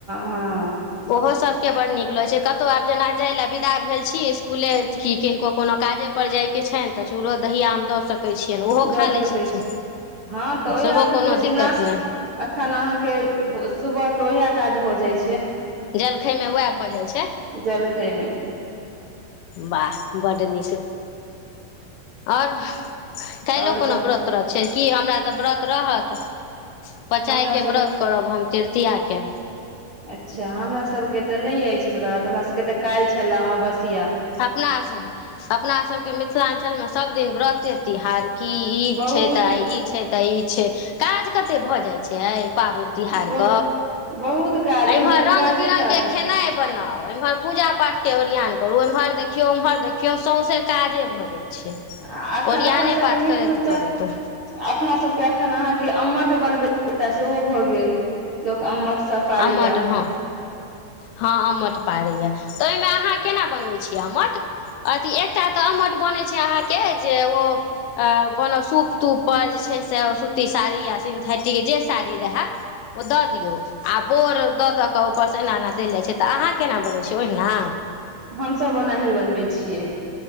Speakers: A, on the right; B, on the left.
A: ह
B: ओहो सभके बड़ नीक लगै छै कतो आब जेना जाई लए विदा भेल छी इसकुले कि किनको कोनो काजे पर जाय के छनि तऽ चूड़ो दहि आम दऽ सके छिया नि ओहो
A: दऽ
B: खा
A: सकै
B: लै छथिन
A: छी हँ तऽ ओएह
B: सेहो
A: एखन
B: कोनो
A: बेसी
B: दिक्कत
A: नाश
B: नहि
A: अखन अहाँकेँ सुबह के उएह काज भऽ जाय छै
B: जलखै मे वएह भऽ जाय छै
A: जलखै मे
B: वाह बड्ड नीक ओर काइलो
A: आओर
B: कोनो
A: सब
B: व्रत <unintelligible> छैय कि हमरा तऽ व्रत रहत पचाय
A: हमरा
B: के
A: सब
B: व्रत करब हम तृतीया के
A: अच्छा हमरा सबके तऽ नय अछि व्रत हमरा सबके तऽ काइल छेलै अमवसिया
B: अपना सब अपना सब के मिथिलांचल मे सभ दिन व्रते तिहार की ई
A: बहुत
B: छै तऽ आइ ई छै तऽ ई छै काज कते भए जाय छैय पाबैन तिहारक
A: ब बहुत काज
B: एम्हर
A: भरि दिन
B: रंग
A: काजे
B: बिरंग
A: काज
B: के खेनाइ बनाउ एम्हर पूजा पाठ के ओरियान करू एम्हर देखियौ ओम्हर देखियौ सौं से काजे भऽ जाइ छै
A: आ अखन
B: ओरियाने
A: अपना सबके
B: पाठ
A: मितू
B: करैत
A: च
B: करैत
A: अपना सबके अखन अहाँके अम्मठ बनबै एकटा सेहो भऽ गेल लोक अम्मठ सब पारैया
B: आम्मट हऽ हँ आम्मट पारैए तऽ ओहिमे अहाँ केना बनबै छीयै आम्मट अथी एकटा तऽ अमट बनैत छैय अहाँके जे ओ कोनो सूप तुप पर जे छैय से सुती साड़ी या सिन्थेटिक जे साड़ी रहै ओ दऽ दियौ आ बोर दऽ दऽ कऽ ऊपर सँ एना एना देल जाइ छैय तऽ अहाँ केना बनबै छियै ओहिना
A: हमसब ओनाही बनबै छियै